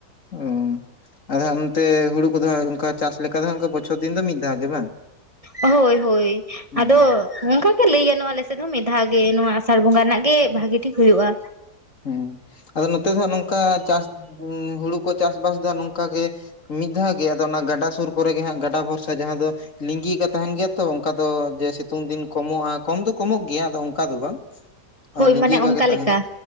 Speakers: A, on the left; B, on the right.
A: ᱚᱸᱻ ᱟᱫᱚ ᱦᱟᱸᱜ ᱚᱱᱛᱮ ᱦᱩᱲᱩ ᱠᱚᱫᱚ ᱦᱟᱸᱜ ᱚᱱᱠᱟ ᱪᱟᱥ ᱞᱮᱠᱟ ᱫᱚ ᱦᱟᱸᱜ ᱚᱝᱠᱟ ᱵᱚᱪᱷᱚᱨ ᱫᱤᱱ ᱫᱚ ᱢᱤᱫ ᱫᱷᱟᱣ ᱜᱮ ᱵᱟᱝ?
B: ᱦᱳᱭ, ᱦᱳᱭ
A: ᱦᱩᱸ
B: ᱟᱫᱚ ᱚᱱᱠᱟ ᱜᱮ ᱞᱟᱹᱭ ᱜᱟᱱᱚᱜ-ᱟ ᱟᱞᱮ ᱥᱮᱫ ᱦᱚᱸ ᱢᱤᱫ ᱫᱷᱟᱣ ᱜᱮ ᱱᱚᱣᱟ ᱟᱥᱟᱲ ᱵᱚᱸᱜᱟ ᱨᱮᱱᱟᱜ ᱜᱮ ᱵᱷᱟᱜᱤ ᱴᱷᱤᱠ ᱦᱩᱭᱩᱜ-ᱟ᱾
A: ᱦᱮᱸ ᱟᱫᱚ ᱱᱚᱛᱮ ᱫᱚ ᱦᱟᱸᱜ ᱱᱚᱝᱠᱟ ᱪᱟᱥ ᱦᱩᱲᱩ ᱠᱚ ᱪᱟᱥ ᱵᱟᱥ ᱫᱚ ᱦᱟᱸᱜ ᱱᱚᱝᱠᱟ ᱜᱮ ᱢᱤᱫ ᱫᱷᱟᱣ ᱜᱮ ᱟᱫᱚ ᱚᱱᱟ ᱜᱟᱰᱟ ᱥᱩᱨ ᱠᱚᱨᱮ ᱜᱮ ᱦᱟᱸᱜ ᱜᱟᱰᱟ ᱵᱷᱚᱨᱥᱟ ᱡᱟᱦᱟ ᱫᱚ ᱞᱤᱝᱜᱤ ᱟᱠᱟ ᱛᱟᱦᱮᱱ ᱜᱮᱭᱟ ᱛᱚ ᱚᱱᱠᱟ ᱫᱚ ᱡᱮ ᱥᱮ ᱥᱤᱛᱩᱝ ᱫᱤᱱ ᱠᱚᱢᱚᱜ-ᱟ ᱠᱚᱢ ᱫᱚ ᱠᱚᱢᱚᱜ ᱜᱮᱭᱟ ᱟᱫᱚ ᱚᱱᱠᱟ ᱫᱚ ᱵᱟᱝ᱾
B: ᱦᱳᱭ
A: ᱞᱤᱸᱜᱤ
B: ᱢᱟᱱᱮ
A: ᱟᱠᱟ
B: ᱚᱱᱠᱟ
A: ᱜᱮ ᱛᱟᱦᱮᱱᱟ
B: ᱞᱮᱠᱟ